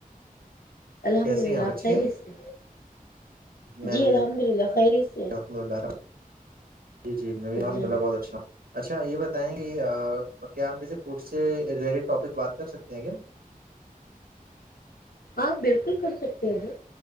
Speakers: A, on the left (about 85°); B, on the right (about 80°).
A: الحمد
B: کیسے
A: للہ
B: ہیں
A: آپ
B: اچھی
A: خری
B: ہیں
A: اس سے
B: میں
A: جی
B: بھی
A: الحمد للہ خری سے
B: الحمد للہ جی جی میں بھی الحمد
A: جی
B: للہ بہت اچھ ہوں اچھا یہ بتائیں گے ج کیا آپ کے فوڈ سے ریٹڈ ٹاپک بات کر سکتے ہیں کیا
A: آپ بالکل کر سکتے ہیں